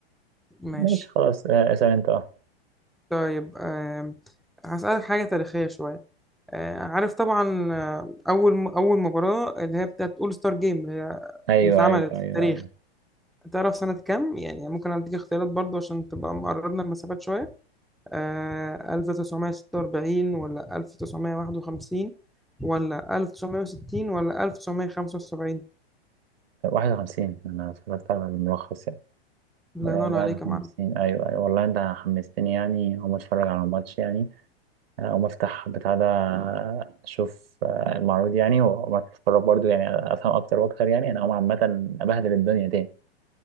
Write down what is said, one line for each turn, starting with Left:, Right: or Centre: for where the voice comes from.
Centre: ماشي
Right: ماشي خلاص آه اسأل انت اه
Centre: طيب آم، هسألك حاجة تاريخية شوية آه، عارف طبعا آه، اول اول مباراه اللي هي بتاعت اول ستار جيم اللي هي-
Right: ايوه
Centre: اللي اتعملت
Right: ايوه ايوه
Centre: في التاريخ
Right: ايوه
Centre: تعرف سنه كام يعني ممكن اديك اختيارات برضو عشان تبقى مقربنا المسافات شويه آه 1946 ولا 1951 ولا 1960 ولا 1975
Right: واحد وخمسين أنا اتفرجت على الملخص يعني
Centre: الله
Right: آه، اه
Centre: ينور
Right: واحد
Centre: عليك
Right: وخمسين
Centre: يا معلم
Right: أيوة أيوة والله أنت حمستني يعني أقوم أتفرج على الماتش يعني آه، أقوم أفتح بتاع ده آه، أشوف آه، المعروض يعني وأقوم أتفرج برضو يعني أفهم أكتر وأكتر يعني أنا أقوم عامة أبهدل الدنيا تاني